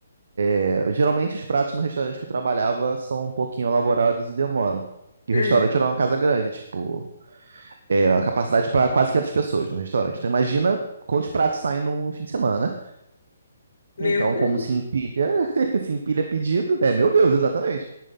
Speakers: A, on the right; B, on the left.
A: É, Geralmente os pratos no restaurante que eu trabalhava são um pouquinho elaborados e demoram. E
B: Uhum.
A: o restaurante era uma casa grande, tipo, é, a capacidade para quase 500 pessoas no restaurante. Então imagina quantos pratos saem num fim de semana. né?
B: Meu
A: Então,
B: Deus.
A: como se empilha, <laughs> se empilha pedido. É, meu Deus, exatamente.